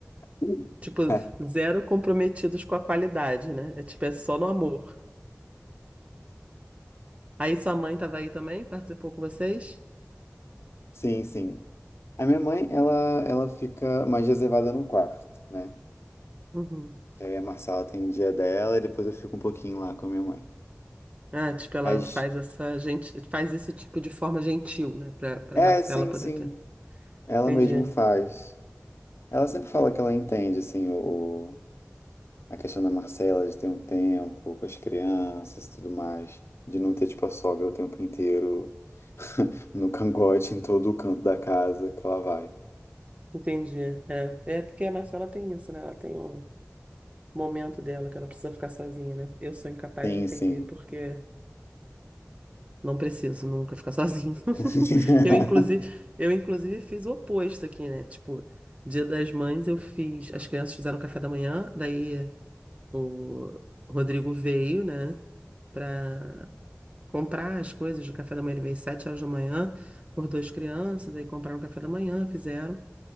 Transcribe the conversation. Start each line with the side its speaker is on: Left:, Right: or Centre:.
Left: <laughs>
Right: Tipo, zero comprometidos com a qualidade, né? É tipo, é só no amor. Aí sua mãe tava aí também, participou com vocês?
Left: Sim, sim. A minha mãe, ela, ela fica mais reservada no quarto, né?
Right: Uhum.
Left: Que aí a Marcela tem o dia dela e depois eu fico um pouquinho lá com a minha mãe.
Right: Ah, tipo, ela
Left: Mas,
Right: faz essa gente, faz isso tipo de forma gentil, né? Pra, pra
Left: é,
Right: Marcela
Left: sim,
Right: poder
Left: sim.
Right: ter.
Left: Ela
Right: Entendi.
Left: mesmo faz. Ela sempre fala
Right: Entendi.
Left: que ela entende, assim, o, o- a questão da Marcela de ter um tempo com as crianças e tudo mais. De não ter, tipo, a sogra o tempo inteiro no <laughs> cangote, em todo o canto da casa que ela vai.
Right: Entendi. É, é porque a Marcela tem isso, né? Ela tem o momento dela que ela precisa ficar sozinha, né? Eu sou incapaz
Left: Sim,
Right: de entender
Left: sim.
Right: porque não preciso nunca ficar sozinho.
Left: <laughs>
Right: <laughs> Eu inclusive, eu inclusive fiz o oposto aqui, né? Tipo, Dia das Mães eu fiz, as crianças fizeram café da manhã, daí o Rodrigo veio, né, pra comprar as coisas do café da manhã, ele veio às sete horas da manhã, acordou as crianças, aí compraram o café da manhã, fizeram